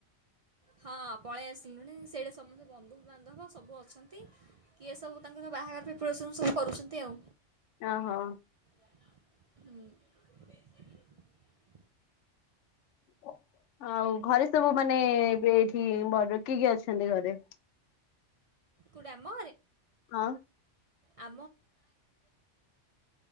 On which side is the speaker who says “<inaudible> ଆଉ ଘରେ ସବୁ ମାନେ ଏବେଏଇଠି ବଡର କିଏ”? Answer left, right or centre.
Left